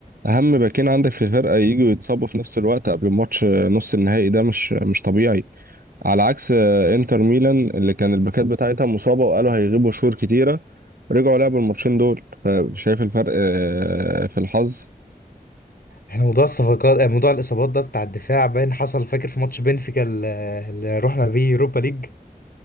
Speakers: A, on the right (about 80°); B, on the left (about 85°).
A: أهم باكين عندك في الفرقة يجوا يتصابوا في نفس الوقت قبل ماتش نص النهائي ده مش مش طبيعي على عكس آه، انتر ميلان اللي كان الباكات بتاعتها مصابة وقالوا هيغيبوا شهور كتيرة رجعوا لعبوا الماتشين دول آه، شايف الفرق آه، في الحظ
B: احنا موضوع الصفقات آه، موضوع الاصابات ده بتاع الدفاع باين حصل فاكر في ماتش بنفيكا ال- اللي رحنا بيه يوروبا ليج